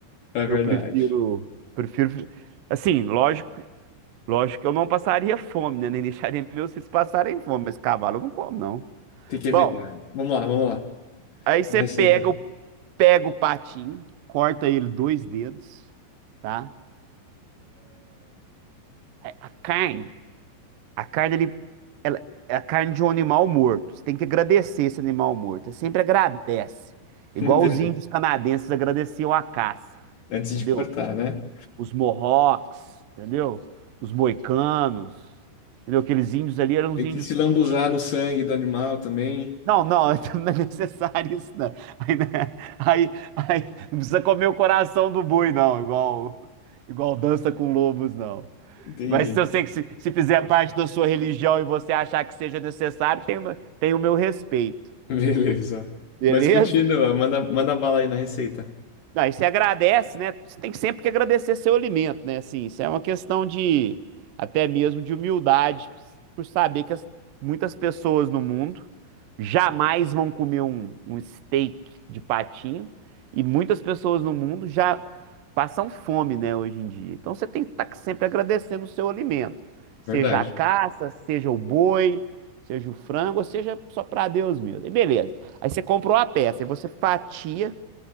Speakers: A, on the left (about 60°); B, on the right (about 75°).
A: É verdade.
B: eu prefiro, prefiro. Assim, lógico, lógico que eu não passaria fome, né? Nem deixaria meus filhos passarem fome, mas cavalo eu não como, não.
A: Tem que evitar.
B: Bom,
A: né? Vamos lá, vamos lá.
B: aí você
A: Uma receita.
B: pega o, pega o patinho, corta ele dois dedos, tá? A carne. A carne, ele, ela, é a carne de um animal morto. Você tem que agradecer esse animal morto. Você sempre agradece.
A: <laughs>
B: Igual
A: Beleza.
B: os índios canadenses agradeciam a caça,
A: Antes
B: entendeu?
A: de cortar, né?
B: Os Mohawks, entendeu? Os moicanos, entendeu? Aqueles índios ali eram os
A: Tem
B: índios
A: que se lambuzar
B: que tinham.
A: no sangue do animal também.
B: Não, não, <laughs> não é necessário isso, não. Aí, né? Aí, aí, não precisa comer o coração do boi, não, igual, igual dança com lobos, não.
A: Entendi.
B: Mas se eu sei que se, se fizer parte da sua religião e você achar que seja necessário, tem, o meu- tem o meu respeito.
A: Beleza.
B: Beleza?
A: Mas continua, manda, manda bala aí na receita.
B: Não, e você agradece, né? Você tem sempre que agradecer seu alimento, né? Assim, isso é uma questão de até mesmo de humildade, por saber que as- muitas pessoas no mundo jamais vão comer um, um steak de patinho e muitas pessoas no mundo já passam fome, né, hoje em dia. Então você tem que estar sempre agradecendo o seu alimento, seja
A: Verdade.
B: a caça, seja o boi, seja o frango, ou seja só para Deus mesmo. E beleza. Aí você comprou a peça, aí você fatia